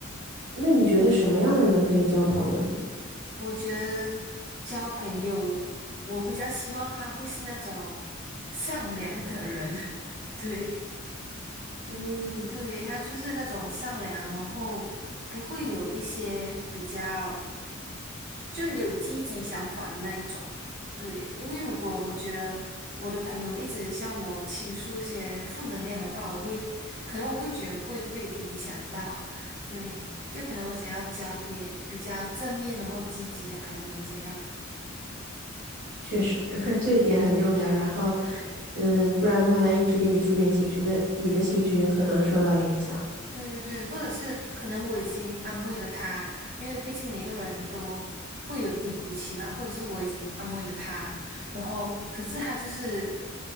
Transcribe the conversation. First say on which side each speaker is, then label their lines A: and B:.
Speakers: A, on the right; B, on the right.
A: 那你觉得什么样的人可以交朋友呢？
B: 我觉得交朋友，我比较希望他会是那种善良的人。<laughs> 对。
A: 嗯。
B: 对，他就是那种善良，然后不会有一些比较。就有积极想法的那一种。对，因为如果我觉得我的朋友一直向我倾诉一些负能量的话，我会可能我会觉得会被影响到。对，就可能我想要交别比较正面或积极的朋友这样。
A: 确实，<laughs> 这一点很重要。然后，嗯，不然的话，他一直给你负面情绪，那你的情绪也可能受到影响。
B: 对对对，或者是可能我已经安慰了他，因为毕竟每个人都会有低谷期嘛，或者是我已经安慰了他，然后可是他就是